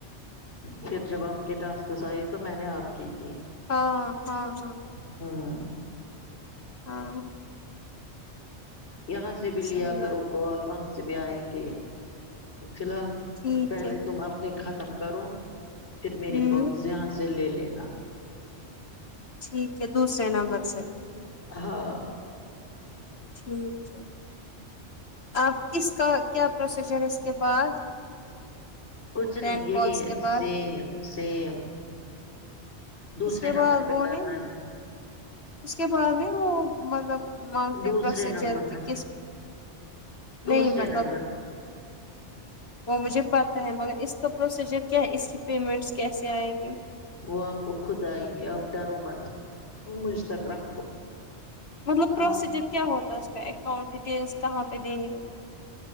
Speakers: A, on the left; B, on the left.
A: پھر جب آپ کے ٹاسکس آئے تو میں نے آپ کے کئے
B: ہاں ہاں ہاں
A: ہاں
B: ہاں
A: یہاں سے بھی لیا
B: صحیح بات
A: کرو
B: ہے
A: کال وہاں سے بھی آئیں گے فی الحال
B: ٹھیک
A: پہلے
B: ہے
A: تم اپنے ختم کرو پھر
B: ہوں
A: میری کالس یہاں سے لے لینا
B: ٹھیک ہے دوسرے نمبر سے
A: ہاں
B: ٹھیک ہے اب اس کا کیا پروسیجر ہے اس کے بعد
A: کچھ
B: ٹین
A: نہیں یہی
B: کالس
A: ہے
B: کے بعد
A: سیم سیم دوسرے
B: اس کے بعد
A: نمبر
B: وہ
A: پہ کرنا
B: نہیں
A: ہے
B: اس کے بعد نہیں وہ مطلب مانگتے
A: دوسرے
B: پروسیجر
A: نمبر
B: کہ
A: پہ
B: کس
A: دوسرے
B: نہیں مطلب
A: نمبر پہ
B: وہ مجھے پتہ ہے مگر اس کا پروسیجر کیا ہے اس کی پیمنٹس کیسے آئے گی
A: وہ آپ کو خود آئیں گی آپ ڈرو مت مجھ تک رکھو
B: مطلب پرسییجر
A: ہاں
B: کیا ہو تا اسکا اکاؤنٹ ڈیٹیلس تواں پہ دینی ہوتی ہے